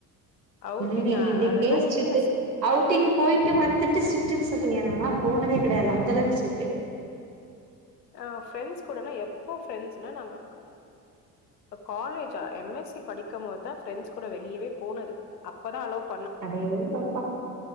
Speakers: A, on the left; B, on the right.
A: அவுட்டிங்கா
B: நீங்க இதுக்கே
A: அதெல்லா
B: ஸ்ட்ரிக்ட்
A: இருங்க
B: அவுடிங் போட்டு வந்துட்டு ஸ்ட்ரிக்ட்னு சொல்லிறீங்க நாளா போனதே கெடையாது அந்தளவுக்கு ஸ்ட்ரிக்டு
A: ஆ ஃப்ரெண்ட்ஸ் கூடனா எப்போ ப்ரெண்ட்ஸ்னா நாங்க காலேஜா எம் எஸ் சி படிக்கும் போதுதா ப்ரெண்ட்ஸ் கூட வெளியவே போனது அப்பதா அலவ்
B: அதேதங்ப்பா